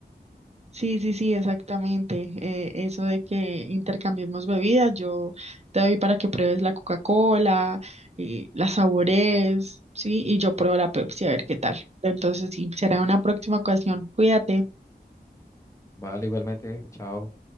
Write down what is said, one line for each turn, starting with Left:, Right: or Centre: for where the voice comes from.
Right: Sí, sí, sí, exactamente. Eh, eso de que intercambiemos bebidas, yo te doy para que pruebes la Coca-Cola, y la saborees, sí, y yo pruebo la Pepsi a ver qué tal. Entonces, sí, será una próxima ocasión. Cuídate.
Left: Vale, igualmente, chao.